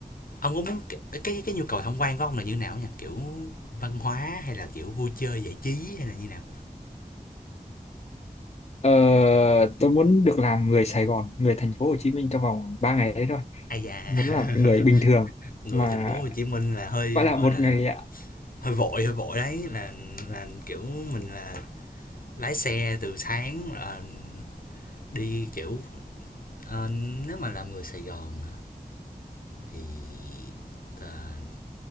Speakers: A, on the left; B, on the left.
A: ông có muốn cái, cái cái nhu cầu tham quan của ông là như nào nha kiểu văn hóa hay là kiểu vui chơi giải trí hay là như nào
B: Ờ, tôi muốn được làm người Sài Gòn, người thành phố Hồ Chí Minh trong vòng 3 ngày đấy thôi.
A: ai da
B: Muốn làm người bình
A: <laughs>
B: thường
A: người
B: mà
A: thành phố Hồ Chí Minh là hơi
B: gọi là
A: gọi
B: một
A: là
B: ngày
A: hơi vội hơi vội đấy là là kiểu mình là lái xe từ sáng là đi kiểu ờ, nếu mà làm người Sài Gòn thì ờ,